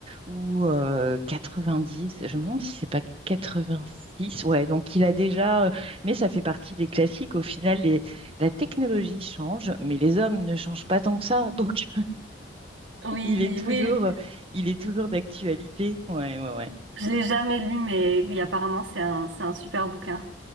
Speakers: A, on the right; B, on the right.
A: ou euh, 90. Je me demande si c'est pas 86. Ouais, donc il a déjà, euh, mais ça fait partie des classiques. Au final, les- la technologie change, mais les hommes ne changent pas tant que ça. Donc
B: Oui,
A: <laughs> il est toujours,
B: oui,
A: euh, il est toujours d'actualité. Ouais, ouais, ouais.
B: je l'ai jamais lu, mais oui, apparemment, c'est un, c'est un super bouquin.